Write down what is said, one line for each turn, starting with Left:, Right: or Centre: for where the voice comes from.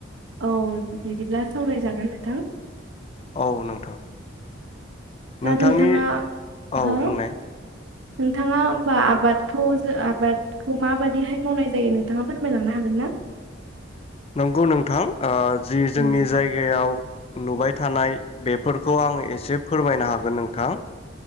Right: औ बिदिब्ला सावरायजागोन नोंथां।
Left: औ नोंथां।
Right: दा
Left: नोंथांनि
Right: नोंथाङा
Left: औ
Right: हो
Left: बुंनाय
Right: नोंथाङा होमबा आबादखौ जो आबादखौ माबादिहाय मावनाय जायो नोंथाङा फोरमायलांनो हागोन ना?
Left: नंगौ नोंथां ओ जि जोंनि
Right: औ
Left: जायगायाव नुबाय थानाय बेफोरखौ आङो एसे फोरमायनो हागोन नोंथां।